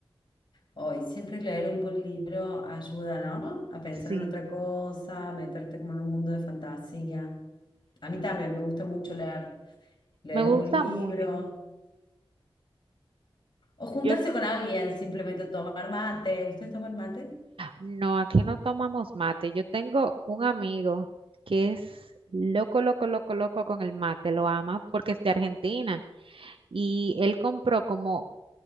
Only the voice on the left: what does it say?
Hoy, siempre leer un buen libro ayuda, ¿no? A pensar
en otra cosa, meterte como en un mundo de fantasía. A mí también me gusta mucho leer, leer
un
buen libro
o juntarse
con alguien, simplemente tomar mate. ¿Ustedes toman mate?